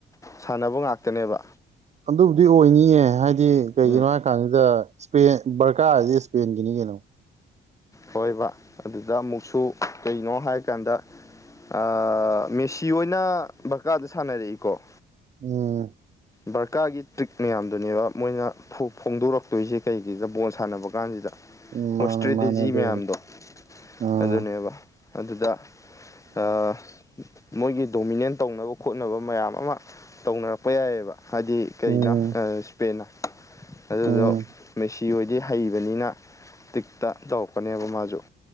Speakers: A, on the left; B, on the right.
A: ꯁꯥꯟꯅꯕ ꯉꯥꯛꯇꯅꯦꯕ
B: ꯑꯗꯨꯕꯨꯗꯤ ꯑꯣꯏꯅꯤꯌꯦ ꯍꯥꯏꯗꯤ ꯀꯩꯒꯤꯅꯣ
A: ꯎꯝ
B: ꯍꯥꯏ ꯀꯥꯟꯁꯤꯗ ꯁꯄꯦꯟ ꯕꯔꯀꯥꯔ ꯍꯥꯏꯖꯤ ꯁꯄꯦꯟꯒꯤꯅꯤ ꯀꯩꯅꯣ
A: ꯍꯣꯏꯕ ꯑꯗꯨꯗ ꯑꯃꯨꯛꯁꯨ ꯀꯩꯅꯣ ꯍꯥꯏꯀꯥꯟꯗ ꯑꯥ ꯃꯦꯁꯤ ꯍꯣꯏꯅ ꯕꯔꯀꯥꯗ ꯁꯥꯟꯅꯔꯛꯏꯀꯣ
B: ꯎꯝ
A: ꯕꯔꯀꯥꯔꯒꯤ ꯇ꯭ꯔꯤꯛ ꯃꯌꯥꯝꯗꯨꯅꯦꯕ ꯃꯣꯏꯅ ꯐ‌ꯣ ꯐꯣꯡꯗꯣꯔꯛꯇꯣꯏꯁꯤ ꯀꯩꯒꯤꯅ‌ꯣ ꯕꯣꯜ ꯁꯥꯟꯅꯕ ꯀꯥꯟꯁꯤꯗ
B: ꯎꯝ
A: ꯃꯣꯏ
B: ꯃꯥꯅꯦ
A: ꯏꯁꯇ꯭ꯔꯦꯇꯦꯖꯤ
B: ꯃꯥꯅꯦ ꯑꯗꯨ
A: ꯃꯌꯥꯝꯗꯣ
B: ꯑꯥ
A: ꯑꯗꯨꯅꯦꯕ ꯑꯗꯨꯗ ꯑꯥ ꯃꯣꯏꯒꯤ ꯗꯣꯃꯤꯅꯦꯟ ꯇꯧꯅꯕ ꯈ‌‌ꯣꯠꯅꯕ ꯃꯌꯥꯝ ꯑꯃ ꯇꯧꯅꯔꯛꯄ ꯌꯥꯏꯕ ꯍꯥꯏꯗꯤ ꯀꯩꯅ‌ꯣ
B: ꯎꯝ
A: ꯏꯁꯄꯦꯟꯅ ꯑꯗꯨꯗ
B: ꯎꯝ
A: ꯃꯦꯁꯤ ꯍ‌ꯣꯏꯗꯤ ꯍꯩꯕꯅꯤꯅ ꯇꯤꯛꯇ ꯇꯧꯔꯛꯀꯅꯦꯕ ꯃꯥꯁꯨ